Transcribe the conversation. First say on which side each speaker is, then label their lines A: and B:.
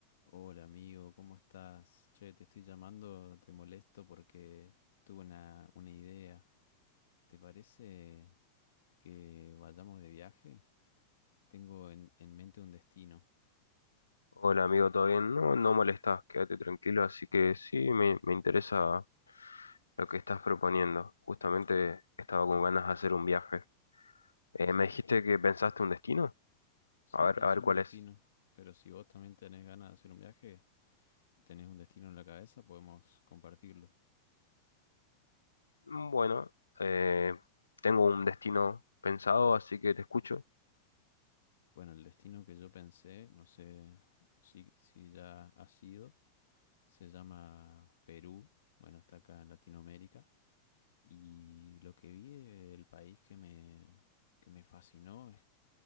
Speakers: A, on the left (about 65°); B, on the left (about 80°).
A: Hola amigo, ¿cómo estás? Che, te estoy llamando, te molesto porque tuve una, una idea. ¿Te parece que vayamos de viaje? Tengo en, en mente un destino,
B: Hola amigo, ¿todo bien? No, no molestás, quédate tranquilo, así que sí, me, me interesa lo que estás proponiendo. Justamente estaba con ganas de hacer un viaje. Eh,
A: ¿sí?
B: ¿me dijiste que pensaste un destino?
A: Sí,
B: A ver,
A: pensé
B: a ver cuál
A: un destino,
B: es.
A: pero si vos también tenés ganas de hacer un viaje, tenés un destino en la cabeza, podemos compartirlo.
B: Mm, Bueno, eh, tengo un destino pensado, así que te escucho.
A: Bueno, el destino que yo pensé, no sé si, si ya ha sido, se llama Perú, bueno, está acá en Latinoamérica. Y lo que vi del país que me, que me fascinó es,